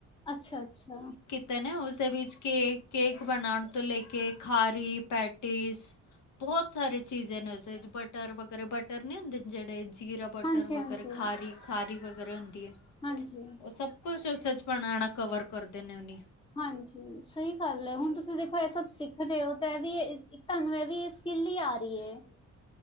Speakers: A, on the left; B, on the left.
A: ਅੱਛਾ-ਅੱਛਾ!
B: ਤੇ ਨਾ ਉਸਦੇ ਵਿੱਚ ਕੇ ਕੇਕ ਬਣਾਉਣ ਤੋਂ ਲੈ ਕੇ ਖਾਰੀ ਪੈਟੀਸ ਬਹੁਤ ਸਾਰੇ ਚੀਜ਼ਾਂ ਨੇ ਉਹਦੇ ਬਟਰ ਵਗੈਰਾ ਬਟਰ ਨੀ ਹੁੰਦੇ ਜਿਹੜੇ ਜੀਰਾ ਬਟਰ
A: ਹਾਂਜੀ ਹਾਂਜੀ
B: ਵਗੈਰਾ ਖਾ ਖਾਰੀ ਵਗੈਰਾ ਹੁੰਦੀ ਏ।
A: ਹਾਂਜੀ।
B: ਉਹ ਸਭ ਕੁਛ ਉਸ 'ਚ ਭਣਾਣਾ ਕਵਰ ਕਰਦੇ ਨੇ ਹੁਨੀ।
A: ਹਾਂਜੀ ਸਹੀ ਗੱਲ ਏ, ਹੁਣ ਦੇਖੋ ਇਹ ਸਭ ਸਿੱਖ ਰਹੇ ਹੋ, ਤਾਂ ਇਹ ਵੀ ਤੁਹਾਨੂੰ ਇਹ ਵੀ ਇਸ ਸਕਿਲ ਹੀ ਆ ਰਹੀ ਏ।